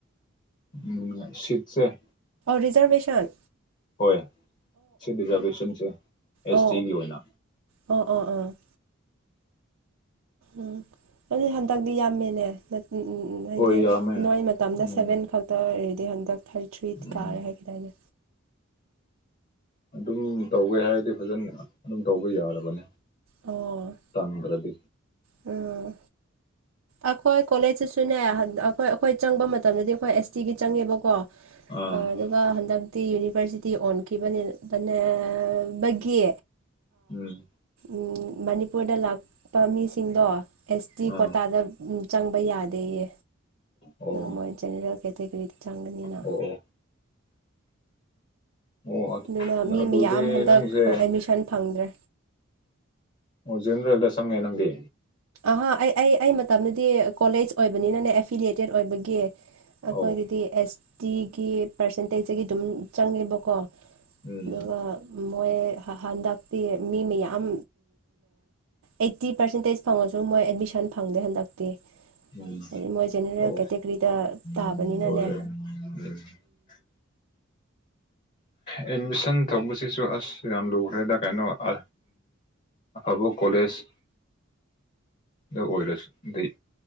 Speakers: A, on the left; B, on the right.
A: ꯎꯝ ꯁꯤꯠꯁꯦ
B: ꯔꯤꯖꯔꯚꯦꯁꯟ
A: ꯍꯣꯏ ꯁꯤ ꯔꯤꯖꯥꯔꯕꯦꯁꯟꯁꯦ ꯑꯦꯁ
B: ꯑꯣ
A: ꯇꯤꯒꯤ ꯑꯣꯏꯅ
B: ꯑꯣ ꯑꯣ ꯑꯣ ꯎꯝ ꯑꯗꯨ ꯍꯟꯗꯛꯇꯤ ꯌꯥꯝꯃꯤꯅꯦ ꯎꯝ ꯎꯝ ꯎꯝ ꯍꯥꯏꯗꯤ
A: ꯍꯣꯏ ꯌꯥꯝꯃꯦ
B: ꯅꯣꯏ ꯃꯇꯝꯗ
A: ꯎꯝ
B: ꯁꯚꯦꯟ ꯈꯛꯇ ꯑꯣꯏꯔꯗꯤ ꯍꯟꯗꯛ ꯐꯔꯤ ꯊ꯭ꯔꯤ
A: ꯎꯝ
B: ꯀꯥꯔꯦ ꯍꯥꯏꯒꯗꯥꯏꯅꯦ
A: ꯑꯗꯨꯝ ꯇꯧꯒꯦ ꯍꯥꯏꯔꯗꯤ ꯐꯖꯅ ꯑꯗꯨꯝ ꯇꯧꯕ ꯌꯥꯔꯕꯅꯤ
B: ꯑꯣ
A: ꯇꯪꯕ꯭ꯔꯗꯤ
B: ꯎꯝ ꯑꯩꯈꯣꯏ ꯀꯣꯂꯦꯖꯇꯁꯨꯅꯦ ꯑꯩꯈꯣꯏ ꯑꯩꯈꯣꯏ ꯆꯪꯕ ꯃꯇꯝꯗꯗꯤ ꯑꯩꯈꯣꯏ ꯑꯦꯁ ꯇꯤꯒꯤ ꯆꯪꯉꯦꯕꯀꯣ ꯑ
A: ꯑꯥ
B: ꯑꯗꯨꯒ ꯍꯟꯗꯛ ꯌꯨꯅꯤꯚꯔꯁꯤꯇꯤ ꯑꯣꯟꯈꯤꯕꯅꯤ ꯃ ꯕꯒꯤ
A: ꯎꯝ
B: ꯎ ꯃꯅꯤꯄꯨꯔꯗ ꯂꯥꯛꯄ ꯃꯤꯁꯤꯡꯗꯣ ꯑꯦꯁ ꯇꯤ
A: ꯑꯥ
B: ꯀꯣꯇꯥꯗ ꯎ ꯆꯪꯕ ꯌꯥꯗꯦꯌꯦ
A: ꯑꯣ
B: ꯃꯣꯏ ꯖꯦꯅꯔꯦꯜ ꯀꯦꯇꯒꯣꯔꯤꯗ ꯆꯪꯒꯅꯤꯅ
A: ꯑꯣ ꯑꯣ ꯑꯣ
B: ꯑꯗꯨꯅ ꯃꯤ
A: ꯑꯗꯨꯗꯤ
B: ꯃꯌꯥꯝ ꯍꯟꯗꯛ
A: ꯅꯪꯁꯦ
B: ꯑꯦꯗꯃꯤꯁꯟ ꯐꯪꯗ꯭ꯔꯦ
A: ꯑꯣ ꯖꯅꯔꯦꯜꯗ ꯆꯪꯉꯦ ꯅꯪꯗꯤ
B: ꯑ ꯑꯩ ꯑꯩ ꯑꯩ ꯃꯇꯝꯗꯨꯗꯤ ꯀꯣꯂꯦꯖ ꯑꯣꯏꯕꯅꯤꯅꯅꯦ ꯑꯦꯐꯤꯂꯤꯦꯇꯦꯠ ꯑꯣꯏꯕꯒꯤ ꯑꯩꯈꯣꯏꯒꯤꯗꯤ
A: ꯑꯧ
B: ꯑꯦꯁ ꯇꯤꯒꯤ ꯄꯥꯔꯁꯦꯟꯇꯦꯖꯇꯒꯤ ꯑꯗꯨꯝ ꯆꯪꯉꯦꯕꯀꯣ
A: ꯎꯝ
B: ꯑꯗꯨꯒ ꯃꯣꯏ ꯍꯟꯗꯛꯇꯤ ꯃꯤ ꯃꯌꯥꯝ ꯑꯩꯠꯇꯤ ꯄꯔꯦꯟꯇ ꯐꯪꯉꯁꯨ ꯃꯣꯏ ꯑꯦꯗꯃꯤꯁꯟ ꯐꯪꯗꯦ ꯍꯟꯗꯛꯇꯤ
A: ꯎꯝ
B: ꯍꯥꯏꯗꯤ ꯃꯣꯏ ꯖꯦꯅꯔꯦꯜ ꯀꯦꯇꯦꯒꯣꯔꯤꯗ
A: ꯑꯣ
B: ꯇꯥꯕꯅꯤꯅꯅꯦ
A: ꯎꯝ ꯑꯦꯠꯃꯤꯁꯟ ꯇꯧꯕꯁꯤꯁꯨ ꯑꯁ ꯌꯥꯝ ꯂꯨꯈ꯭ꯔꯦꯗ ꯀꯩꯅꯣ ꯑ ꯑꯐꯕ ꯀꯣꯂꯦꯖ ꯗ ꯑꯣꯏꯔꯁꯨ ꯂꯩ